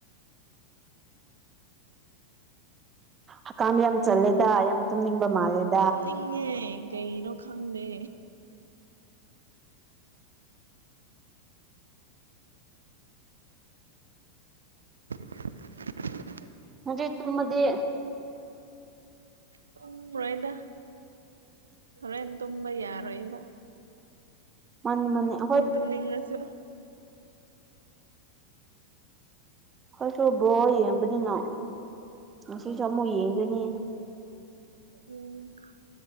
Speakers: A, on the right (about 20°); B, on the right (about 70°).
A: ꯍꯀꯥꯝ ꯌꯥꯝ ꯆꯜꯂꯦꯗ ꯌꯥꯝ ꯇꯨꯝꯅꯤꯡꯕ ꯃꯥꯜꯂꯦꯗ
B: ꯇꯨꯝꯅꯤꯡꯉꯦ ꯀꯩꯅꯣ ꯈꯪꯗꯦ <unintelligible>
A: ꯅꯗꯦ ꯇ ꯃꯗꯤ
B: ꯇꯨꯝꯒꯔꯦꯗ ꯍꯣꯔꯦꯟ ꯇꯨꯝꯕ ꯌꯥꯔꯣꯏꯗ
A: ꯃꯥꯅꯤ ꯃꯥꯅꯦ ꯍꯣꯏ
B: ꯇꯨꯝꯅꯤꯡꯔꯁꯨ
A: ꯀꯣꯏꯁꯨ ꯕꯣ ꯌꯦꯡꯕꯅꯤꯅꯣ ꯉꯁꯤꯁꯨ ꯑꯃꯨꯛ ꯌꯦꯡꯗꯣꯏꯅꯤ
B: <unintelligible>